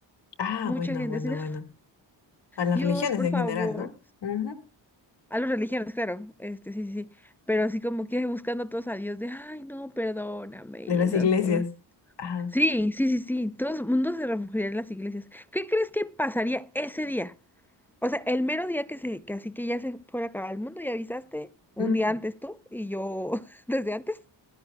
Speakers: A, on the left (about 65°); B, in the centre.
A: Ah,
B: Mucha
A: bueno,
B: gente
A: bueno,
B: así de,
A: bueno. A las
B: Dios,
A: religiones
B: por
A: en
B: favor.
A: general, ¿no? Ujú.
B: A las religiones, claro, este, sí, sí, sí, pero así como que buscando a todos a Dios de, ay, no, perdóname
A: De
B: y
A: las
B: esas
A: iglesias.
B: cosas.
A: Ajá.
B: Sí, sí, sí, sí, todo el mundo se refugiaría en las iglesias. ¿Qué crees que pasaría ese día? O sea, el mero día que se, que así que ya se fuera a acabar el mundo, ya avisaste un
A: Mm,
B: día antes tú y yo <laughs> desde antes,